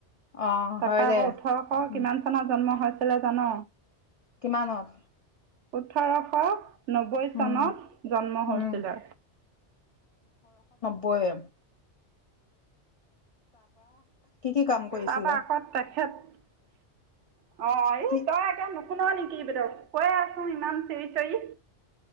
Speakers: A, on the left; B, on the right.
A: অ', হয়
B: তাপা
A: দে
B: আকৌ ওঠৰশ
A: উম,
B: কিমান চনত জন্ম হৈ চিলে জান?
A: কিমানত?
B: ওঠৰশ নবৈ চনত
A: উম,
B: জন্ম হৈছিলে।
A: উম, বয়। কি কি কাম কৰিছিলে?
B: তাৰপৰা আকৌ তেখেত অ এই
A: কি
B: তই একে শুন নেকি বেদ কৈ আছো ইমান চিৰি চিৰি।